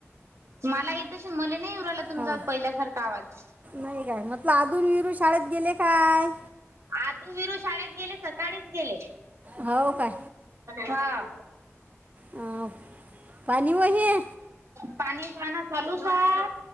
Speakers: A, on the right (about 70°); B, on the right (about 30°).
A: मला येत अशीन मले नाही येऊ रायला तुमचा
B: हा
A: पहिल्यासारखा आवाज.
B: नाही गाय म्हटलं अदु आण विरू शाळेत गेले काय?
A: आदू विरू शाळेत गेले सकाळीच गेले.
B: हो काय
A: हा.
B: अं, पाणी व हे
A: पाणी पाहना चालू काय?